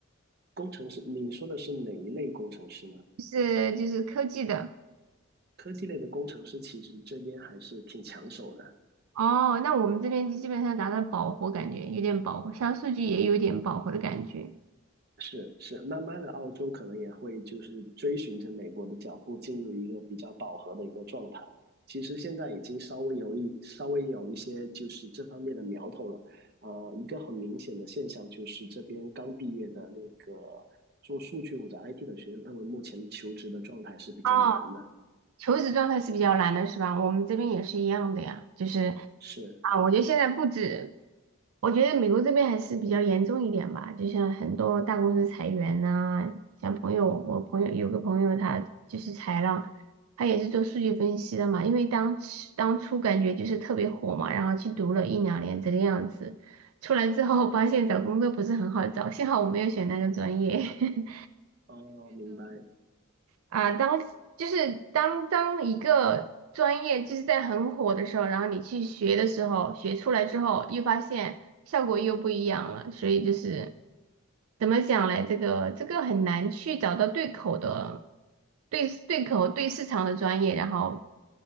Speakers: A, on the right; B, on the right.
A: 工程师，你说的是哪一类工程师呢？
B: 就是就是科技的。
A: 科技类的工程师其实这边还是挺抢手的。
B: 哦，那我们这边就基本上达到饱和，感觉有点饱和，像数据也有点饱和的感觉。
A: 是是，慢慢的，澳洲可能也会就是追寻着美国的脚步，进入一个比较饱和的一个状态。其实现在已经稍微有一稍微有一些就是这方面的苗头了。呃，一个很明显的现象就是这边刚毕业的那个做数据或者 IT 的学生，他们目前求职的状态是比较难的。
B: 哦，求职状态是比较难的，是吧？我们这边也是一样的呀，就是
A: 是，
B: 啊，我觉得现在不止，我觉得美国这边还是比较严重一点吧，就像很多大公司裁员呐、像朋友，我朋友有个朋友他就是裁了，他也是做数据分析的嘛，因为当时当初感觉就是特别火嘛，然后去读了一两年这个样子，出来之后发现找工作不是很好找，幸好我没有选那个专业。<laughs>
A: 哦，明白。
B: 啊，当就是当当一个专业就是在很火的时候，然后你去学的时候，学出来之后，又发现效果又不一样了，所以就是怎么讲嘞？这个这个很难去找到对口的对对口对市场的专业，然后